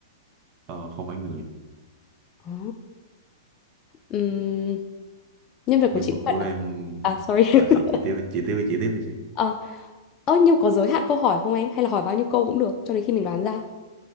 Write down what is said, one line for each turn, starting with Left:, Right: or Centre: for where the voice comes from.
Right: ờ, không phải người
Left: Ồ. Ừm, nhân vật
Right: nhưng
Left: của chị
Right: mà
Left: có
Right: của
Left: phải
Right: em
Left: là à sorry.
Right: ờ,
Left: <laughs>
Right: chị chị tiếp đi, chị tiếp đi, chị tiếp đi chị
Left: Ờ, ơ nhiêu có giới hạn câu hỏi không em hay là hỏi bao nhiêu câu cũng được cho đến khi mình đoán ra.